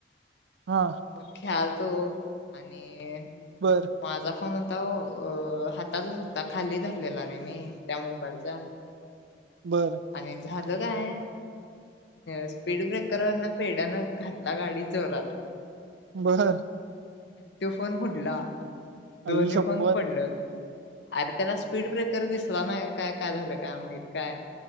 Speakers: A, on the right; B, on the left.
A: हा
B: मग खेळालं. तो. आणि.
A: बर
B: माझा फोन. आता हो अ हातातच होता, खाली धरलेला रे मी त्या मोबाईलचा.
A: बरं.
B: आणि झालं काय स्पीड ब्रेकरवरन पेड्यान घातला गाडी जोरात.
A: बहर.
B: त्यो फोन उडला दोन्ही
A: आई शपथ
B: पण पडलेत. अरे त्याला स्पीड ब्रेकर दिसला नाय काय, काय झालं, काय माहित काय.